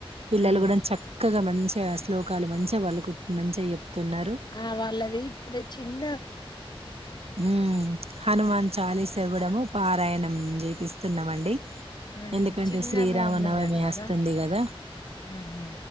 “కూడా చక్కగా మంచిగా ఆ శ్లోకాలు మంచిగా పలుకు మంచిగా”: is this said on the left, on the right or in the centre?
Right